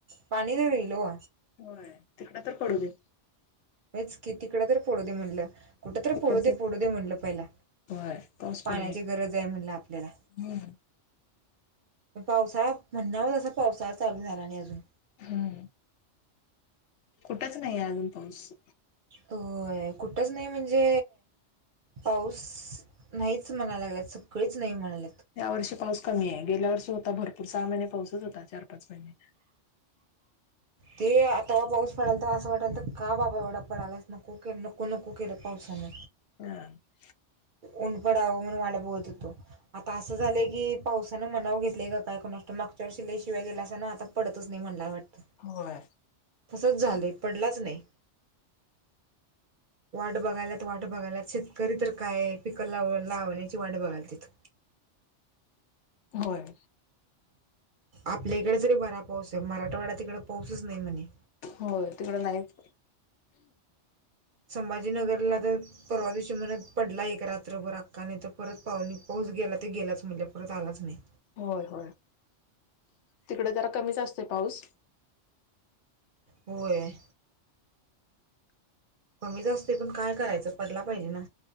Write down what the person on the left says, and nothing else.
होय तिकडं तर पडू दे.
तिकडच
होय पाऊस पडू
दे
हम्म
हम्. कुठंच नाहीये अजून पाऊस.
या वर्षी पाऊस कमी आहे गेल्या वर्षी होता भरपूर सहा महिने पाऊसच होता चार पाच महिने.
हा
होय
होय.
हो तिकडं नाहीच.
होय होय. तिकडे जरा कमीच असतो पाऊस.